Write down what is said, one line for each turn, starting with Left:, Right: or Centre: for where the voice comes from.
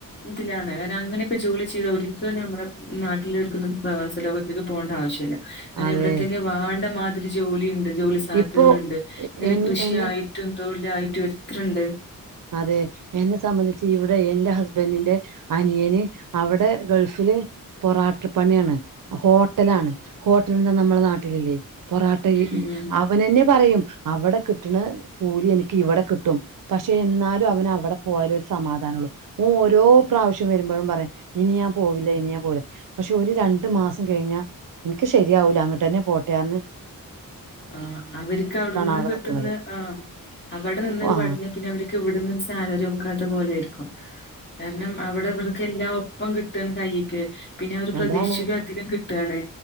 Left: ഇതിലാണ് കാരണം അങ്ങനെയൊക്കെ ജോലി ചെയ്ത ഒരിക്കലും നമ്മുടെ നാട്ടിലൊ രുക്കുന്ന പ്രവാസ ലോകത്തേക്ക് പോകേണ്ട ആവശ്യല്ല അതായ
Right: അതെ
Left: ഇവിടെത്തന്നെ വാണ്ട മാതിരി ജോലി ണ്ട് ജോലി സാധ്യതകളുണ്ട്
Right: ഇപ്പോ
Left: ഇങ്ങനെ
Right: എൻ
Left: കൃഷിയായിട്ടും
Right: എന്നെ
Left: തൊഴിലായിട്ടും എത്രണ്ട്
Right: അതെ എന്നെ സംബന്ധിച്ച് ഇവിടെ എറെ ഹസ്ബൻഡിന്റെ അനിയന് അവിടെ ഗൾഫിൽ ഉം പൊറാട്ടപ്പണിയാണ് ഹോട്ടലാണ് ഹോട്ടൽ എന്താ നമ്മളുടെ നാട്ടിലില്ലേ പൊറോട്ട
Left: ഉം
Right: ഇ അവനെന്നെ പറയും അവിടെ കിട്ടണ കൂലി എനിക്ക് ഇവിടെ കിട്ടും പക്ഷ ക്ഷെ എന്നാലും അവൻ അവിടെ പോയാല ഒരു സമാധാനള്ളൂ ഓ ഓരോ പ്രാവശ്യം വരുമ്പോഴും പറയാം ഇനി ഞാൻ പോവില്ല ഇനിയാ പോലെ പക്ഷെ ഒരു രണ്ടു മാസം കഴിഞ്ഞാ എനിക്ക് ശരിയാവൂല അങ്ങോട്ട് തന്നെ പോട്ടെറിന്ന്
Left: ആ അവർക്ക് അവിടെന്ന്
Right: അവിടെ
Left: കിട്ടുന്ന
Right: നിക്കണത്
Left: ആ് അവിടെ നിന്ന്
Right: ആ
Left: പഠഞ്ഞ പിന്നെ അവർ ഇവിടന്ന്ാലക്കാത്ത പോലെ ആയിരിക്കും കാരണം അവിടെ ഇവർക്ക എല്ലാം ഇപ്പം കിട്ടന്ന് കയ്ക്ക് പിന്നെ ഒരു പ്രതീക്ഷയില
Right: അതാണ്
Left: അധികം കിട്ടുകാണ്